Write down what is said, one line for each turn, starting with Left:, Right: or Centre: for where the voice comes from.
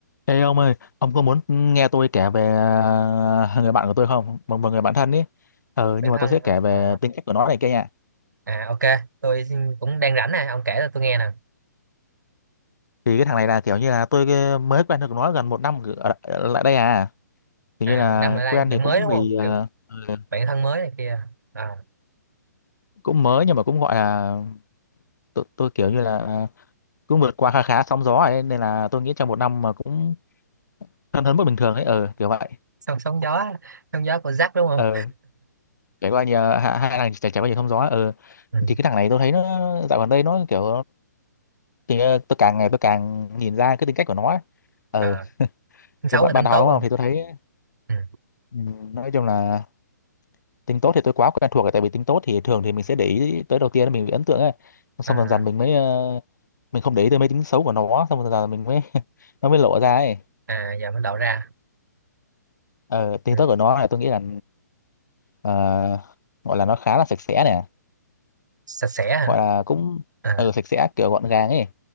Left: Ê ông ơi, ông có muốn nghe tôi kể về à, người bạn của tôi không? Một, một người bạn thân ý. Ờ,
Right: người
Left: nhưng mà
Right: thân
Left: tôi sẽ
Right: hả?
Left: kể về
Right: à,
Left: tính cách của nó này kia nha.
Right: à ok tôi xin- cũng đang rảnh nè ông kể cho tôi nghe nè
Left: Thì cái thằng này là kiểu như là tôi cái- mới quen được nó gần một năm ở, ở lại đây à. Kiểu
Right: à
Left: như là
Right: một năm lại đây
Left: quen
Right: bạn
Left: thì cũng
Right: mới đúng
Left: vì
Right: không
Left: ờ,
Right: kiểu
Left: ờ,
Right: bạn thân mới này kia à
Left: cũng mới nhưng mà cũng gọi là tôi, tôi kiểu như là ờ, cũng vượt qua khá khá sóng gió ấy, nên là tôi nghĩ trong một năm mà cũng thân hơn mức bình thường ấy, ờ kiểu vậy.
Right: sóng sóng gió sóng gió của Jack đúng không
Left: Ờ, trải qua nhiều hai hai thằng trải trải qua nhiều sóng gió, ờ
Right: ừ.
Left: thì cái thằng này tôi thấy nó dạo gần đây nó kiểu thì ờ, tôi càng ngày tôi càng nhìn ra cái tính cách của nó ấy. ờ
Right: à tính xấu
Left: thì ban
Right: hay
Left: ban
Right: tính
Left: đầu
Right: tốt
Left: đúng
Right: không
Left: không thì tôi thấy
Right: ừ.
Left: ừm, nói chung là tính tốt thì tôi quá quen thuộc rồi tại vì tính tốt thì thường thì mình sẽ để ý tới đầu tiên là mình bị ấn tượng ấy xong
Right: à
Left: dần dần mình mới ờ, mình không để ý tới mấy tính xấu của nó xong dần dần mình mới <laughs> nó mới lộ ra ấy
Right: à giờ mới lộ ra
Left: ờ tính
Right: ừ.
Left: tốt của nó là tôi nghĩ là ờ, gọi là nó khá là sạch sẽ nè
Right: sạch sẽ hả
Left: gọi là cũng
Right: à
Left: ờ sạch sẽ kiểu gọn gàng ấy